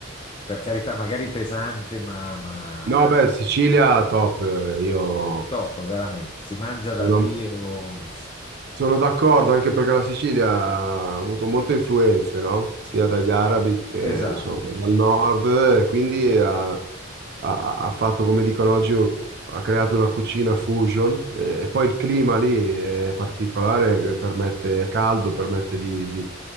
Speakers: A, on the left; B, on the right.
A: per carità, magari pesante, ma, ma
B: No,
A: è
B: beh, Sicilia top, eh, io
A: top, veramente. Si mangia
B: sono...
A: da Dio.
B: Sono d'accordo, anche perché la Sicilia ha avuto molte influenze, no? Sia dagli arabi che
A: Esatto.
B: insomma, dal nord, e quindi ha, ha- ha fatto, come dicono oggi, ha creato una cucina fusion e, e poi il clima lì è particolare, che permette è caldo, permette di, di-